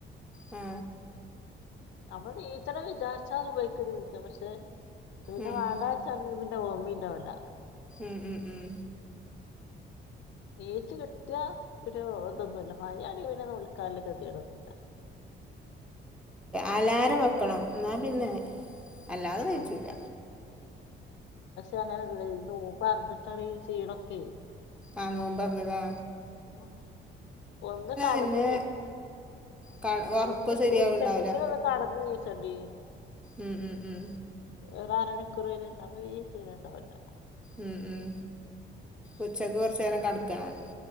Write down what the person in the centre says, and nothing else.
ആ
ഉം
ഉം ഉം ഉം
അലാരം വെക്കണം ന്നാ പിന്നെ അല്ലാതെ നീച്ചൂല
ആ നോമ്പർന്ന് ആ
പിന്നെ ക ഒർക്കം
ശരിയാവ്ണ്ടാവൂല
ഉം ഉം ഉം
ഉം ഉം ഉച്ചക്ക് കുറച്ച് നേരം കട്ക്കണം